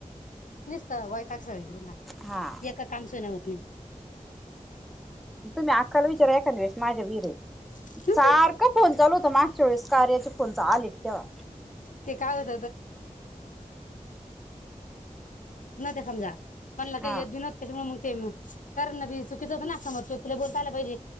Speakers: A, on the left; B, in the centre.
A: निस्त वय का सळीकडून घाल
B: हा
A: एक काम सोन होत नाही
B: तुम्ही अक्काला विचारा एकाद्या वेळेस माझ्या विरही
A: नाही
B: सारखं फोन चालू त मागच्या वेळेस कार्याचे फोनचं आलेत तेव्हा
A: ते काय होत होतं <unintelligible> कोणला
B: हा
A: काय यत बी नव्हत त्याच्यामुळ म ते म करण बी चुकीच होत ना समोर च तुला बोलता आलं पाहिजे